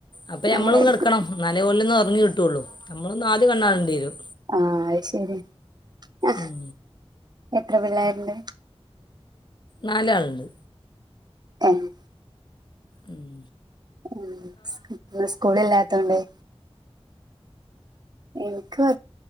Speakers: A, on the left; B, on the right.
A: അപ്പൊ ഞമ്മളും
B: അങ്ങനെ എടുക്കും
A: കിടക്കണം ന്നാലേ ഓലോന്ന് ഒറങ്ങി കിട്ടുള്ളൂ നമ്മളൊന്ന് ആദ്യ കണാറേണ്ട വരും
B: ആഹ് അത് ശരി ആ,
A: ഉം
B: എത്ര പിള്ളാരുണ്ട്
A: നാലാളുണ്ട്
B: ഏഹ്
A: ഉം
B: ഉം ഇന്ന് സ്കൂളില്ലാത്തോണ്ടേ എനക്ക് ഒരു